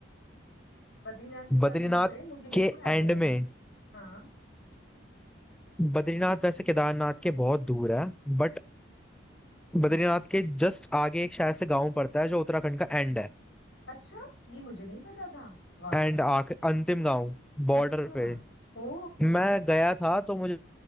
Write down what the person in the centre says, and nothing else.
बद्रीनाथ
के
एंड
में
बद्रीनाथ वैसे केदारनाथ के बहुत दूर है बट बद्रीनाथ
के जस्ट आगे एक शायद से गांव पड़ता है जो उत्तराखंड का एंड है
एंड
आख अंतिम गांव बॉर्डर
पे
मैं गया था तो मुझे